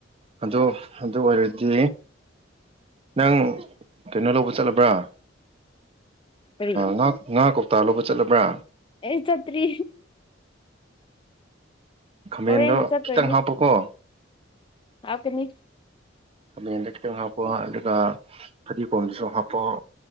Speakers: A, on the right (about 30°); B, on the left (about 25°).
A: ꯑꯗꯨ ꯑꯗꯨ ꯑꯣꯏꯔꯗꯤ ꯅꯪ ꯀꯩꯅꯣ ꯂꯧꯕ ꯆꯠꯂꯕ꯭ꯔꯥ
B: ꯀꯔꯤ
A: ꯉ ꯉꯥ ꯀ ꯇꯥꯂꯣꯕ ꯆꯠꯂꯕ꯭ꯔꯥ
B: ꯑꯦ ꯆꯠꯇ꯭ꯔꯤ
A: ꯈꯥꯃꯦꯟꯗꯣ
B: ꯍꯦꯅ ꯆꯠ
A: ꯈꯤꯇꯪ
B: ꯏꯅꯤ
A: ꯍꯥꯞꯄꯣꯀꯣ
B: ꯍꯧ ꯀꯅꯤ꫰
A: ꯈꯥꯃꯦꯟꯗ ꯈꯤꯇꯪ ꯍꯥꯞꯄꯣ ꯑꯗꯨꯒ ꯐꯗꯤꯒꯣꯝꯗꯁꯨ ꯍꯥꯞꯄꯣ ꯍ